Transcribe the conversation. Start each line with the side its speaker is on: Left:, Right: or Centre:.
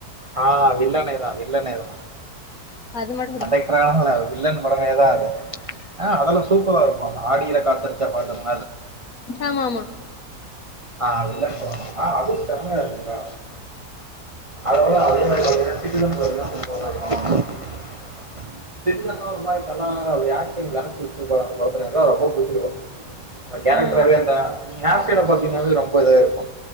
Right: ஆ வில்லனேதா வில்லனேதா
Left: அது மட்டு புடிக்கு
Right: கண்டெக்டரான்னுல்ல வில்லன் படமே தா அது ஆ அதெல்லா சூப்பராருக்கு அ ஆடியில காத்தடிச்சா பாட்டு <unintelligible>
Left: ஆமா ஆமா
Right: ஆ அதுவு ஆ அதும் செம்மயாருக்கு கா அத விட அதே மாறி பாத்திங்னா சிட்டிசன்னு சூப்பராருக்கூம் <unintelligible> சிட்டிசன் லா ஒர் மாறி நல்லாதாங்கர்கும் அவர் ஆக்ட்டிங் ஆக்ட்டிங் எங்கக்காக்கு ரொம்ப புடிச்ச படோ அந்த கேரக்ட்ராவே
Left: ஆ
Right: அந்த <unintelligible> ரொம்ப இதா இருக்கு